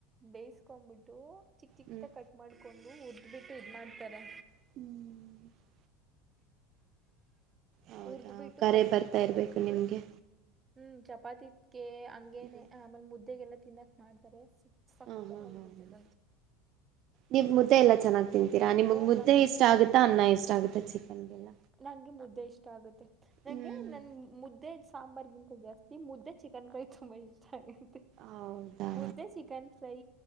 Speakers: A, on the right; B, on the right.
A: ಬೇಯಸ್ಕೊಂಡ್ಬಿಟ್ಟು ಚಿಕ್ ಚಿಕ್ದಾಗಿ
B: ಹ್ಮ್
A: ಕಟ್ ಮಾಡ್ಕೊಂಡು ಉರ್ದ್ದ್ಬಿಟ್ಟು ಇದ ಮಾಡ್ತಾರೆ
B: ಹ್ಮ್ ಹೌದಾ
A: ಉರ್ದ್ ಬಿಟ್ಟು
B: ಕರೆ
A: ಪಲ್ಯ
B: ಬರ್ತಾ
A: ತರ
B: ಇರಬೇಕು
A: ಮಾಡ್ ಬಿಟ್ಟು
B: ನಿಮಗೆ
A: ಹ್ಮ್ ಚಪಾತಿ <unintelligible> ಹಂಗೇನೆ
B: ಹ್ಮ್
A: ಆಮೇಲೆ ಮುದ್ದೆಗೆಲ್ಲ ತಿನ್ನಕ್ ಮಾಡ್ತಾರೆ ಸಕ್ಕತ್ತಾಗಿರುತ್ತೆ
B: ಹ ಹಾ ಹ ಹ
A: ಅದಂತು
B: ನೀವು ಮುದ್ದೆ ಎಲ್ಲಾ ಚೆನ್ನಾಗ್ ತಿಂತೀರಾ ನಿಮಗ್
A: ಓ
B: ಮುದ್ದೆ
A: ನನ್
B: ಇಷ್ಟ ಆಗುತ್ತೆ ತ್ತಾ ಅನ್ನ ಇಷ್ಟ ಆಗುತ್ತ ಚಿಕನ್ಗೆಲ್ಲ
A: ನಂಗೆ ಮುದ್ದೆ ಇಷ್ಟ ಆಗುತ್ತೆ ನಂಗೆ
B: ಹ್ಮ್
A: ನನ್ ಮುದ್ದೆ ಸಾಂಬಾರ್ಗಿಂತ ಜಾಸ್ತಿ ಮುದ್ದೆ ಚಿಕನ್ಕಾಯಿ ತುಂಬಾ ಇಷ್ಟ ಆಗೆ
B: ಹೌದಾ
A: ಮುದ್ದೆ ಚಿಕನ್ ಫ್ರೈ